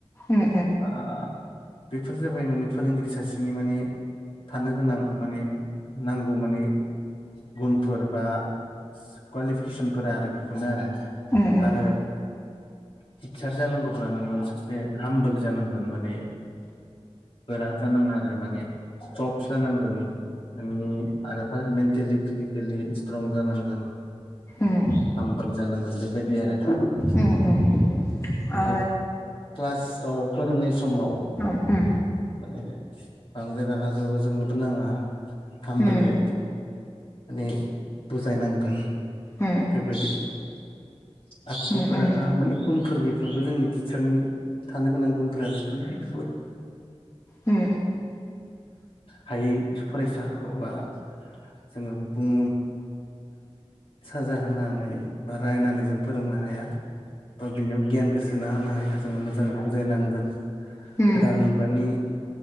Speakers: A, on the left; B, on the left.
A: उम
B: ओ बेफोर जाबाय माने फोरोंगिरि सासेनि माने थानो गोनां माने नांगौ माने गुनफोर बा कुवालिफिकेसनफोरा आरो बेफोरनो
A: उम उम
B: आरो टिचार जानांगौब्ला नोङो सासे हामबोल जानांगोन माने गोरा जानाङा आरो माने सफ जानांगोन नोंनि आरो मेन्टेलि फिजिकेलि स्ट्रं जानांगोन।
A: उम
B: हामबोल जानांगोन बेबायदि आरो माने
A: उम उम ओ
B: क्लासाव फोरोंनाय समाव <inaudible>
A: ओ उ
B: माने बांद्राय रागाज जोंनोबो नाङा खामबललि
A: उम
B: माने बुजायनांगोन
A: उम
B: बेबायदि। आखुफोरा
A: उम
B: माने गुनफोर बेफोरबो जोंनि टिचारनि थानो गोनां।
A: उम
B: हायै फरायसाखौ बा जोङो बुं साजा होनानै बा रायनानै जों फोरोंनो हाया बा बिनियाव गियान गोसोना होनो हाया जोङो मोजाङ बुजायनांगोन
A: उम
B: गोदान मुगानि